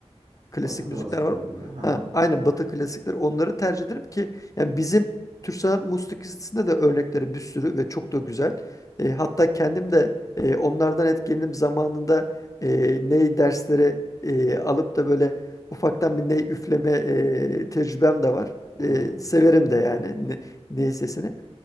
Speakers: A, on the left; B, on the right.
A: klasik
B: Batı klasikleri
A: müzikler var.
B: gibi. Hı hı.
A: Ha, aynen Batı klasikleri onları tercih ederim ki yani bizim Türk sanat musikisinde de örnekleri bir sürü ve çok da güzel. E, hatta kendim de e, onlardan etkilenip zamanında e, ney dersleri e, alıp da böyle ufaktan bir ney üfleme e, tecrübem de var.
B: Evet.
A: E, severim de yani ne, ney sesini.